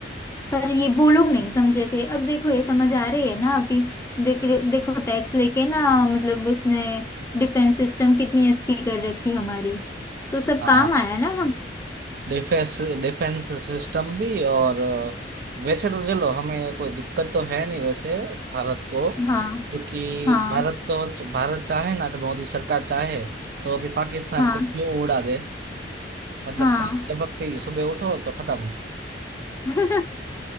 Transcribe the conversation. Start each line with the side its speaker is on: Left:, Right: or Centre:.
Left: पर ये वो लोग नहीं समझे थे अब देखो ये समझ आ रही है ना अभी देख देखो टैक्स लेके ना मतलब उसने डिफेंस सिस्टम कितनी अच्छी कर रखी हमारी तो सब
Right: हाँ
Left: काम आया ना हमें
Right: डिफेंस डिफेंस सिस्टम भी और अ, वैसे तो चलो हमें कोई दिक्कत तो है नहीं वैसे भारत को
Left: हाँ
Right: क्योंकि
Left: हाँ
Right: भारत तो भारत चाहे ना तो मोदी सरकार चाहे तो अभी पाकिस्तान
Left: हाँ
Right: का क्यों उड़ा दे मतलब
Left: हाँ
Right: पलक झपकते ही सुबह उठो तो खत्म
Left: <laughs>